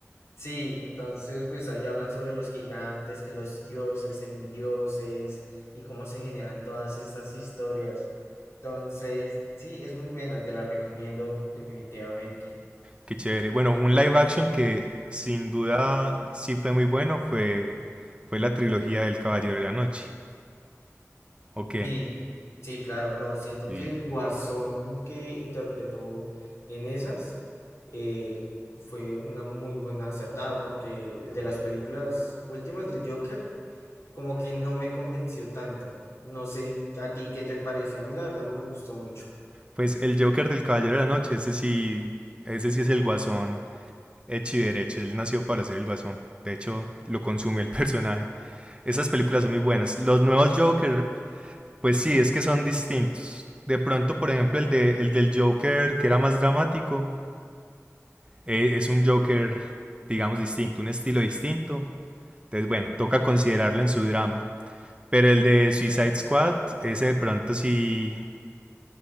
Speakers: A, on the left (about 60°); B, on the right (about 20°).
A: Sí, entonces pues ahí hablan sobre los gigantes, que los dioses, semidioses y cómo se generan todas esas historias. Entonces, sí, es muy buena, te la recomiendo definitivamente.
B: Qué chévere. Bueno, un live action que sin duda sí fue muy bueno fue, fue la trilogía del Caballero de la Noche. ¿O qué?
A: Sí, sí, claro, no, siento
B: Sí.
A: que el guasón que interpretó en esas eh, fue una muy buena acertada porque el de las películas últimas del Joker como que no me convenció tanto. No sé a ti qué te pareció, a mí la verdad no me gustó mucho.
B: Pues el Joker del Caballero de la Noche, ese sí, ese sí es el Guasón hecho y derecho. Él nació para ser el Guasón. De hecho, lo consume el <laughs> personaje. Esas películas son muy buenas. Los nuevos Joker, pues sí, es que son distintos. De pronto, por ejemplo, el de, el del Joker, que era más dramático, eh, es un Joker, digamos, distinto, un estilo distinto. Entonces, bueno, toca considerarlo en su drama. Pero el de Suicide Squad, ese de pronto sí,